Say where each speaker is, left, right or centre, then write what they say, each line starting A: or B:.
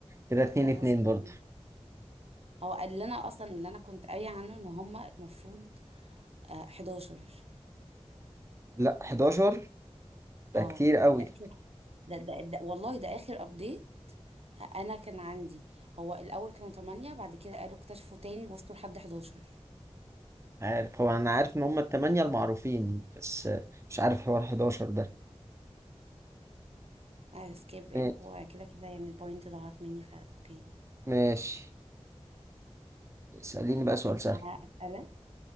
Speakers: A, on the right; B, on the right.
A: كده اتنين
B: خلاص
A: اتنين
B: اوكي
A: برضه
B: هو اللي انا اصلا اللي انا كنت قايله عنه ان هما المفروض آه 11
A: لا 11 ده
B: اه
A: كتير قوي
B: ده اخر ده, ده, ده والله ده اخر ابديت انا كان عندي هو الاول كانوا 8 بعد كده قالوا اكتشفوا تاني وصلوا لحد 11
A: عارف هو أنا عارف إن هما التمانية المعروفين بس آه، مش عارف حوار 11 ده
B: سكيب
A: ما-
B: ات وكده كده يعني البوينت ضاعت مني فا اوكي
A: ماشي اسأليني بقى سؤال سهل.
B: هسألك